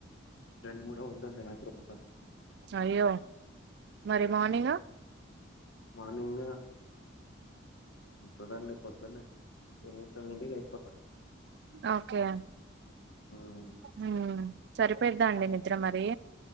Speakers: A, on the left; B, on the right.
A: రెండు మూడు అవుతుందంట రాత్రిపూట
B: అయ్యో మరి మార్నింగ్ ఆ
A: మార్నింగ్ తప్పదండి పొద్దున్నే ఎనిమిది తొమ్మిది కే లేసిపోతా
B: ఓకే
A: మ్మ్
B: హ్మ్ సరిపోయిద్దా అండి నిద్ర మరి